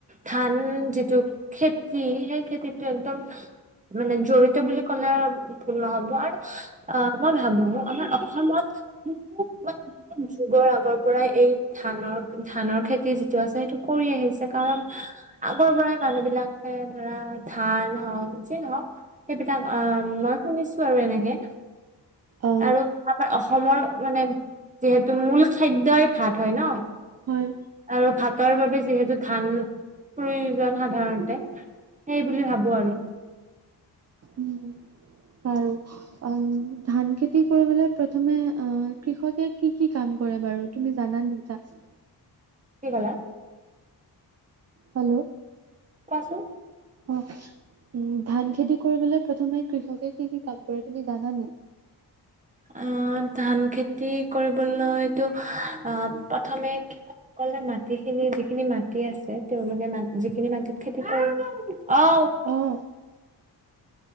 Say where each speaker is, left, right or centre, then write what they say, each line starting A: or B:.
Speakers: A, on the right; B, on the right.
A: ধান যিটো খেতি, সেই খেতিটো একদম মানে জড়িত বুলি ক'লে আও ভুল নহ'ব। আৰু অ, মই ভাবোঁ আমাৰ অসমত <unintelligible> যুগৰ আগৰ পৰাই এই ধানৰ, ধানৰ খেতি যিটো আছে সেইটো কৰি আহিছে। কাৰণ আগৰ পৰাই মানুহ বিলাকে ধৰা, ধান হওঁক, যিয়েই নহওঁক সেইবিলাক অ' মই শুনিছোঁ আৰু এনেকে,
B: অ
A: আৰু আমাৰ অসমৰ মানে, যিহেতু মূল খাদ্যই ভাত হয় ন,
B: হয়
A: আৰু ভাতৰ বাবে যিহেতু ধান প্ৰয়োজন সাধাৰণতে, সেইবুলি ভাবো আৰু।
B: উম, বাৰু। অ', ধান খেতি কৰিবলে প্ৰথমে অ' কৃষকে কি কি কাম কৰে বাৰু? তুমি জানা নেকি কথা?
A: কি ক'লা?
B: হেল্লো'।
A: কোৱাচোন?
B: অ', উম, ধান খেতি কৰিবলে প্ৰথমে কৃষকে কি কি কাম কৰে, তুমি জানা নেকি?
A: অ', ধান খেতি কৰিবলৈতো অ' প্ৰথমে খেতিয়ক সকলে মাটি খিনি যিখিনি মাটি আছে, তেওঁলোকে ম যিখিনি মাটিত খেতি কৰিব অ'।
B: অ'।